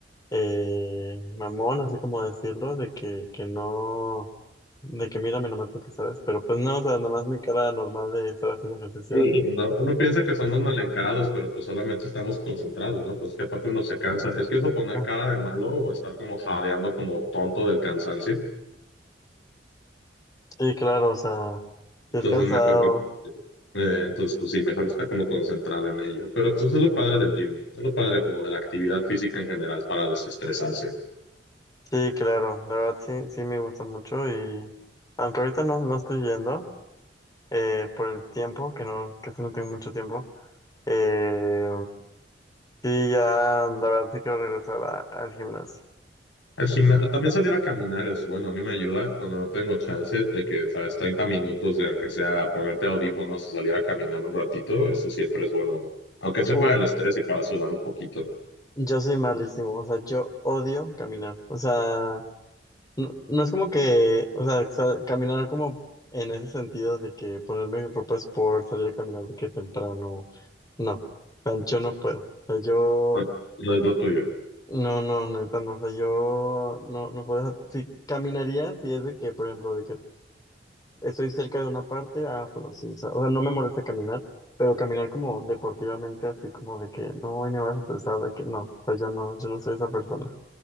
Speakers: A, on the left (about 20°); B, on the left (about 80°).
A: eh, mamón, así como decirlo, de que, que no, de que mírame, no me toques, ¿sabes? Pero pues no, o sea, nada más mi cara normal de estar haciendo ejercicio.
B: Sí,
A: <laughs>
B: ¿no? Uno piensa que somos mal encarados, pero pues solamente estamos concentrados, ¿no? Pues que aparte uno se cansa. Es que eso poner
A: Ah,
B: cara de malo o estar como jadeando como tonto del cansancio,
A: Sí, claro, o sea,
B: entonces
A: sí es cansado,
B: mejor Eh, entonces, pues sí, mejor está como concentrado en ello. Pero pues es lo padre del gym, ¿no? Es lo padre como de la actividad física en general para desestresarse.
A: sí, claro, la verdad sí, sí me gusta mucho y aunque ahorita no, no estoy yendo, eh, por el tiempo, que no, casi no tengo mucho tiempo, eh, Sí, ya, la verdad sí quiero regresar a- al gimnasio.
B: Al gimna- también salir a caminar es bueno, a mí me ayuda cuando no tengo chance de que, sabes, 30 minutos de aunque sea ponerte audífonos y salir a caminar un ratito, eso siempre es bueno, aunque sea
A: Uh,
B: para el estrés y para sudar un poquito.
A: yo soy malísimo, o sea, yo odio caminar. O sea, no, no es como que, o sea, o sea, caminar como en ese sentido de que ponerme ropa sport, salir a caminar de que temprano, no, tan yo no puedo. O sea, yo,
B: No, no es lo tuyo.
A: no, no, neta, no, o sea, yo no, no puedo, o sea, si caminaría, si es de que, por ejemplo, de que Estoy cerca de una parte, ah, bueno, sí, o sea, o sea, no me molesta caminar, pero caminar como deportivamente, así como de que no, hoy me vas a estresar, de que no, o sea, yo no, yo no soy esa persona.